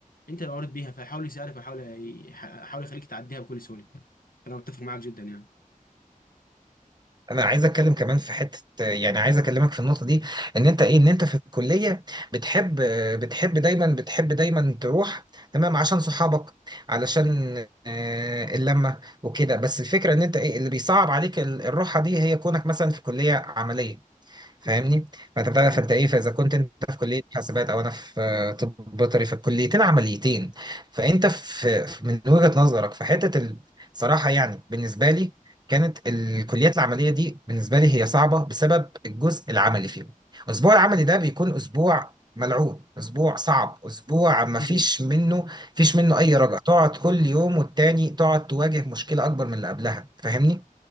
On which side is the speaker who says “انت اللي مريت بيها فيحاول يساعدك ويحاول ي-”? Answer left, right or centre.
Left